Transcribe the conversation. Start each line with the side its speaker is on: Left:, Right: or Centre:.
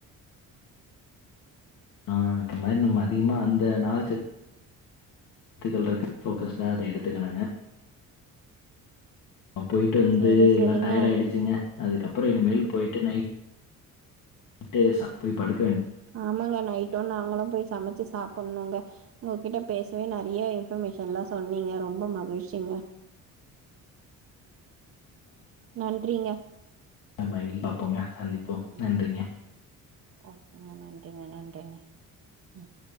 Left: ஆஹ் அக்கு மாரி நம்ம அதிகமா அந்த நார்ச சத்துகள் இருக்க ஃபோக்கஸ்டா அத எடுத்துக்கணுங்க நா போயிட்டு வந்து
Right: செரி
Left: எல்லா
Right: செரிங்க
Left: டயர்ட் ஆயிடுச்சுங்க ஹ அதுக்கப்புற இனிமேல் போயிட்டு நைட் கிட்டு <unintelligible> போய் படுத்
Right: ஆமாங்க நைட்டூ நாங்குளும் போய் சமைச்சு சாப்பட்ணூங்க உங்ககிட்ட பேசவே நெறைய இன்ஃபர்மேஷன்ல்லா சொன்னீங்க ரொம்ப மகிழ்ச்சிங்க நன்றிங்க
Left: மைல்ட் அப்போங்க சந்திப்போ
Right: ம்
Left: நன்றிங்க
Right: ஓகேங்க நன்றிங்க நன்றிங்க ம்